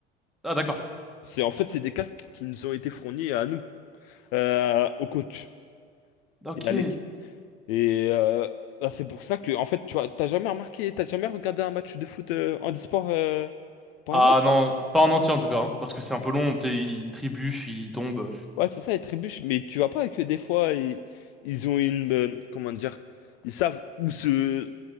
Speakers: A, in the centre; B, on the left.
A: Ah d'accord.
B: C'est en fait c'est des casques qui nous ont été fournis à nous, euh, au coach
A: Ok.
B: et à l'équipe. Et euh, bah, c'est pour ça que en fait tu vois, t'as jamais remarqué, t'as jamais regardé un match de foot euh, handisport euh, pour
A: Ah
B: aveugle?
A: non, pas en entier en tout cas, hein, parce que c'est un peu long. tu sais, Ils ils trébuchent, ils tombent.
B: Ouais, c'est ça, les trébuches. Mais tu vois pas que des fois ils, ils ont une euh, comment dire, ils savent où se